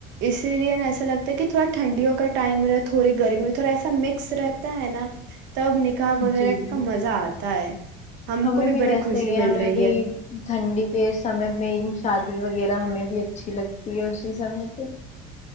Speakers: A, on the right; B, on the left.
A: اسی لیے نا ایسا لگتا ہے کہ تھوڑا ٹھنڈیوں کا ٹائم رہ تھوڑی گرمی میں تھوڑا ایسا مکس رہتا ہے نا تب نکاح وغیرہ
B: جی
A: کا مزہ آتا <unintelligible>
B: ہمیں
A: کو
B: بھی
A: بڑی
B: ویسے
A: خوشی
B: ہی ہے
A: مل
B: ہمیں
A: رہی
B: بھی
A: ہے
B: ٹھنڈی کے سمے میں شادی وغیرہ ہمیں یہ اچھی لگتی ہے اسی سمے پہ